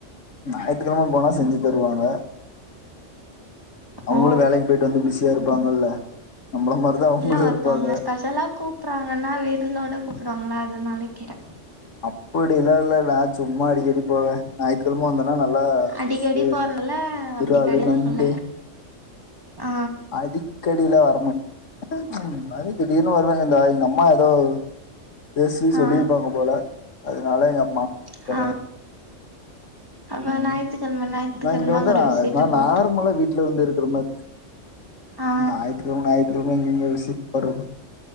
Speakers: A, on the left; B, on the right.
A: ஞாயித்துக்கெழம போனா செஞ்சி தருவாங்க அவுங்களு
B: ஓ
A: வேலைக்கு போயிட்டு வந்து பிஸியா இருப்பாங்கல்ல நம்மள மாதிரிதான் அவங்களும்
B: இல்ல ஒருத்தவங்க
A: இருப்பாங்க
B: ஸ்பெஷலா கூப்பறாங்கன்னா விருந்தோட கூப்பிடுவாங்களா அதுனால கிற
A: அப்படியெல்லா இல்ல நா சும்மா அடிக்கடி போவே ஞாயித்துக்கெழம வந்தா நல்லா
B: அடிக்கடி
A: ஃபிஷ்சு
B: போறனால அப்டி
A: இராலு
B: கெடையாது
A: நண்டு
B: போல ஆ
A: அடிக்கடி எல்லா வரமா ம் ம் ஒரு மாறி திடீர்னு வருவாங்க இந்தா எங்க அம்மா எதோ பேசி சொல்லிருப்பாங்க
B: ஆ
A: போல அதனால எங்க அம்மா
B: ஆ
A: வராது
B: அப்ப
A: ம்
B: ஞாயித்துக்கிழம ஞாயித்துக்கிழம
A: நா இங்க வந்து
B: அங்க ஒரு
A: நா
B: விசிட்ட
A: நான்
B: போட்டு
A: நார்மலா வீட்ல வந்து இருக்கிற மாரி
B: ஆ
A: ஞாயித்துக்கெழம ஞாயித்துக்கெழம எங்கிங்க விசிட் போறது